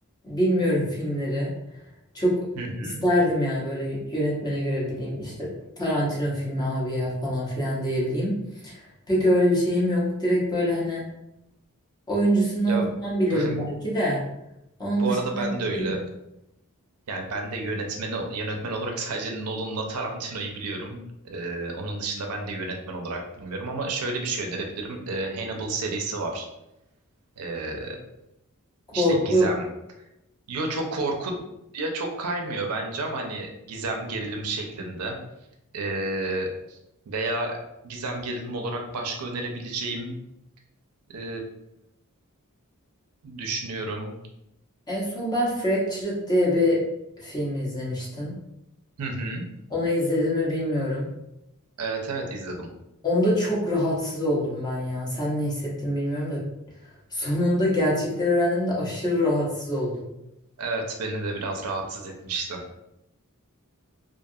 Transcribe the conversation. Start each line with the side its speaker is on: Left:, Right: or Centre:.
Left: bilmiyorum filmleri. Çok
Right: Hı hı.
Left: isterdim yani böyle yönetmene göre bileyim işte Tarantino filmi abi ya falan filan diyebileyim. Pek öyle bir şeyim yok. Direkt böyle hani oyuncusundan
Right: Ya
Left: falan bilirim
Right: <laughs>
Left: belki de. Onun
Right: bu
Left: dışında
Right: arada ben
Left: bir
Right: de öyle.
Left: tür
Right: Yani ben de yönetmeni yönetmen olarak <laughs> sadece Nolan'la Tarantino'yu biliyorum. Ee, onun dışında ben de yönetmen olarak bilmiyorum ama şöyle bir şey önerebilirim. Ee, Hannibal serisi var. Ee,
Left: korku
Right: işte gizem. Yo çok korku ya çok kaymıyor bence ama hani gizem gerilim şeklinde. Ee, veya gizem gerilim olarak başka önerebileceğim ee, düşünüyorum.
Left: En son ben Fractured diye bir film izlemiştim.
Right: Hı hı.
Left: Onu izledim mi bilmiyorum.
Right: Evet evet izledim.
Left: Onda çok rahatsız oldum ben ya. Sen ne hissettin bilmiyorum da. Sonunda gerçekleri öğrendiğimde aşırı rahatsız oldum.
Right: Evet beni de biraz rahatsız etmişti.